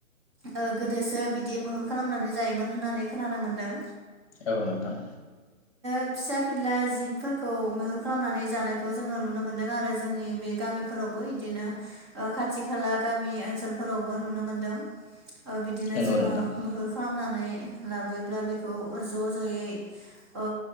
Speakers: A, on the right; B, on the left.
A: ओ गोदोसो बिदि मैहुर खालामनानै जायोमोन होननानै खोनानो मोन्दों।
B: औ नोंथां
A: फिसा-फिनला जिबफोरखौ मैहुर खालामनानै जानायखौ जोङो नुनो मोनदों आरो जोंनि बे गामिफोरावबो इदिनो ओ खाथि खाला गामि ओनसोलफोरावबो नुनो मोनदों। ओ बिदिनो
B: नंगौ
A: जोङो
B: नोंथां
A: मैहुर खालामनानै बे लाबोयोब्ला बेखौ ज'-ज'यै ओ